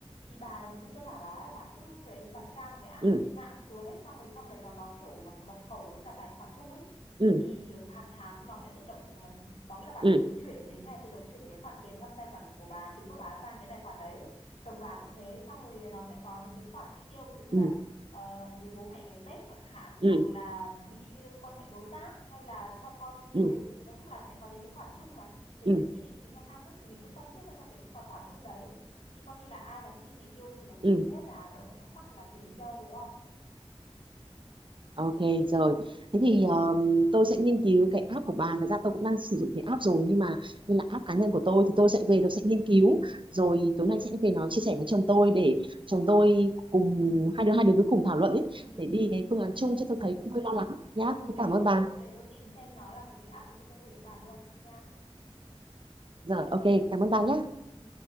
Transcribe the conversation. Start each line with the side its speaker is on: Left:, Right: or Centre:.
Left: thì bà như tôi bảo bà ấy, bà cứ lấy bà cứ down một cái app
Right: ừ
Left: ở trên mạng xuống ấy xong rồi trong đấy nó có kiểu mật khẩu với cả tài khoản chung ấy
Right: ừ
Left: thì ờ, hàng tháng nó sẽ tự động ờ, có nghĩa là bà
Right: ừ
Left: tự động chuyển đến ngày tự động chuyển cái khoản tiền trong tài khoản của bà chính của bà sang cái tài khoản đấy chồng bà cũng thế xong rồi nó sẽ có những cái khoản chi tiêu ví dụ như
Right: ừ
Left: là uh, biếu bố mẹ ngày Tết chẳng hạn
Right: ừ
Left: hoặc là đi ờ, quan hệ đối tác hay là cho con đi du
Right: ừ
Left: lịch nói chung là sẽ có những cái khoản chung mà mình
Right: ừ
Left: sẽ chi định kỳ theo năm ấy thì mình cứ phân trước vào trong cái khoản khoản chung đấy thì coi như là ai mà chi gì tiêu gì là nhìn
Right: ừ
Left: thấy hết là đỡ phải thắc mắc là tiền đi đâu đúng không
Right: ok rồi thế thì um, tôi sẽ nghiên cứu cái app của bà thật ra tôi cũng đang sử dụng cái app rồi nhưng mà nên là app cá nhân của tôi thì tôi sẽ về tôi sẽ nghiên cứu rồi tối nay sẽ về nó chia sẻ với chồng
Left: ừ,
Right: tôi để chồng tôi cùng hai đứa hai đứa cứ cùng thảo luận ấy
Left: ừ,
Right: để đi cái phương án
Left: ok
Right: chung chứ tôi thấy cũng hơi lo lắng nhá
Left: ừ,
Right: thế
Left: để
Right: cảm ơn
Left: tôi
Right: bà
Left: để tôi tìm xem nó là cái app thì tôi gửi cho bà luôn nha
Right: rồi ok cảm ơn bà nhé
Left: ừ.